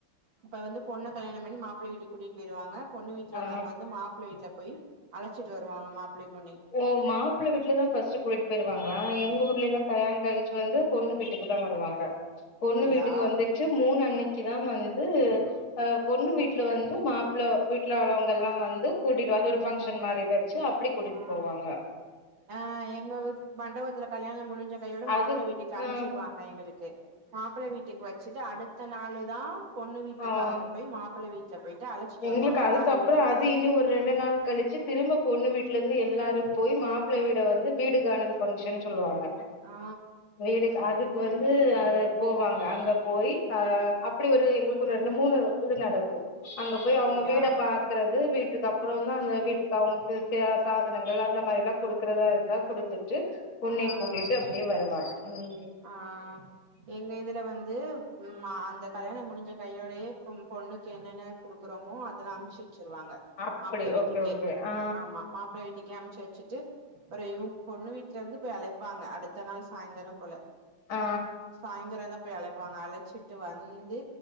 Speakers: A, on the right; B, on the left.
A: இப்ப வந்து பொண்ண கல்யாணம் பண்ணி மாப்ள வீட்டுக்கு கூட்டிட்டு போயிடுவாங்க பொண்ணு வீட்ல
B: ஆ
A: உள்ளவங்க வந்து மாப்ள வீட்ல போய் அழச்சிட்டு வருவாங்க மாப்ளயு பொண்ணயு
B: ஓ மாப்ள வீட்ல தா ஃபர்ஸ்ட் கூட்டிட்டு போயிருவாங்களா எங்க ஊர்லல்லா கல்யாணோ கழிச்சி வந்து பொண்ணு வீட்டுக்குதா வருவாங்க பொண்ணு
A: அப்படியா
B: வீட்டுக்கு வந்துட்டு மூணு அன்னக்கிதா வந்து ஆ பொண்ணு வீட்ல வந்து மாப்ள வீட்ல உள்ளவங்க எல்லா வந்து கூட்டிட்டு அது ஒரு
A: ம்
B: பங்க்ஷன் மாரி வச்சு அப்டி கூட்டிட்டு
A: ஆ
B: போவாங்க
A: ஆ எங்க மண்டபத்துல கல்யாணம் முடிஞ்ச கையோட மாப்ள
B: அதுக்கு
A: வீட்டுக்கு அம்ச்சுருவாங்க
B: ஆ
A: எங்களுக்கு மாப்ள வீட்டுக்கு வச்சிட்டு அடுத்த நாளு தா பொண்ணு வீட்டுக்காரவங்க
B: ஆ
A: போய் மாப்ள வீட்ல போயிட்டு அழச்சிட்டு
B: எங்களுக்கு
A: வருவாங்க
B: அதுக்கப்புறோ
A: மறு வீடு
B: அது இனி ஒரு ரெண்டு நாள் கழிச்சு திரும்ப பொண்ணு வீட்ல இருந்து எல்லாரு போய் மாப்ள வீட வந்து வீடு காணல் பங்க்ஷன் சொல்லுவாங்க
A: ஆ
B: வீடு அதுக்கு வந்து அத போவாங்க அங்க போய் ஆ அப்டி ஒரு எங்களுக்கு ஒரு ரெண்டு மூணு இது நடக்கு அங்க
A: அப்படியா
B: போய் அவங்க வீட பாக் றது வீட்டுக்கு அப்பறோந்தா அந்த வீட்டுக்கு அவங்களுக்கு இது சாதனங்கள் அந்த மாரில்லா குடுக்குறதா இருந்தா குடுத்துட்டு பொண்ணயு
A: ஆ
B: கூட்டிட்டு
A: ஆ
B: அப்டியே வருவாங்க ம்
A: ஆ எங்க இதுல வந்து ம் ஆ அந்த கல்யாணம் முடிஞ்ச கையோடையே பொண்ணுக்கு என்னென்ன குடுக்குறோமோ அதெல்லா அம்ச்சி வச்சிருவாங்க
B: அப்டி
A: மாப்ள வீட்டுக்கே
B: ஓகே ஓகே ஆ
A: ஆமா மாப்ள வீட்டுக்கே அம்ச்சி வச்சிட்டு அப்புறயூ பொண்ணு வீட்ல இருந்து போய் அழைப்பாங்க அடுத்த நாள் சாய்ந்தரம் போல
B: ஆ
A: சாய்ந்தரந்தா போய் அழைப்பாங்க அழைச்சிட்டு வந்து